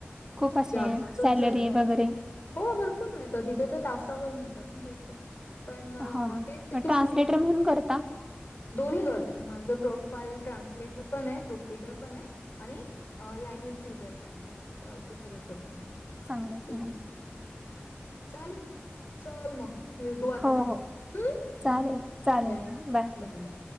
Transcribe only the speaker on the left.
त्याच्यात
जास्तच
आहे गं
हो भरपूर मिळतात तिथे तर तासावर मिळतात ना पैसे. पण
तेच ते
की
स्टुडंट
दोन्ही करते. माझं प्रोफाईल ट्रान्सलेटर पण आहे प्रोफिडर पण आहे‌. आणि लँग्वेज ट्युटर पण आहे. तर असं सगळं करते मी
तीनही पण. चालेल. चल मग. भेटू आता
नंतर.
बाय.
या.
बाय बाय.